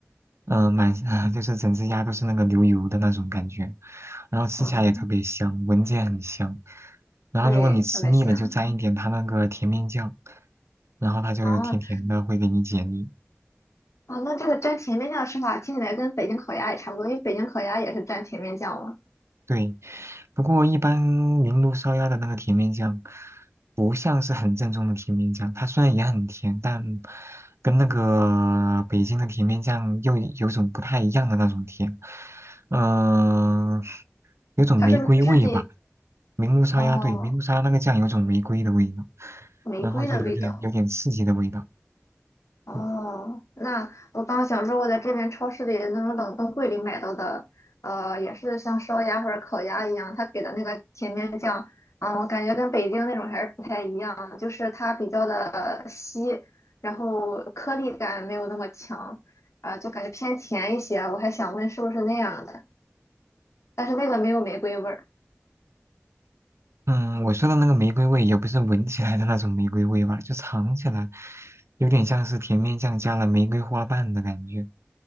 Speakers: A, on the right (about 65°); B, on the left (about 85°).
A: 嗯，满，<laughs> 就是整只鸭都是那个流油的那种感觉，然后吃起来也特别香，
B: 嗯，
A: 闻着也很香。然后如果你吃腻了，
B: 对，特别香。
A: 就沾一点它那个甜面酱，然后它就甜甜的，
B: 啊，后，
A: 会给你解腻。
B: 哦，那这个蘸甜面酱的吃法听起来跟北京烤鸭也差不多，因为北京烤鸭也是蘸甜面酱嘛。
A: 对，不过一般明炉烧鸭的那个甜面酱，不像是很正宗的甜面酱。它虽然也很甜，但跟那个北京的甜面酱又有种不太一样的那种甜，嗯、有种玫瑰味吧。
B: 它是不是质地，
A: 明炉烧鸭，
B: 哦，
A: 对，明炉烧鸭那个酱有种玫瑰的味道，
B: 玫瑰的味道？
A: 然后就有点有点刺激的味道。
B: 哦，
A: 嗯。
B: 那我刚想说，我在这边超市里的那种冷冻柜里买到的，呃，也是像烧鸭或者烤鸭一样，它给的那个甜面酱，啊、我感觉跟北京那种还是不太一样，就是它比较的稀，然后颗粒感没有那么强，啊、就感觉偏甜一些。我还想问是不是那样的，但是那个没有玫瑰味儿，
A: 嗯，我说的那个玫瑰味也不是闻起来的那种玫瑰味吧，就尝起来有点像是甜面酱加了玫瑰花瓣的感觉。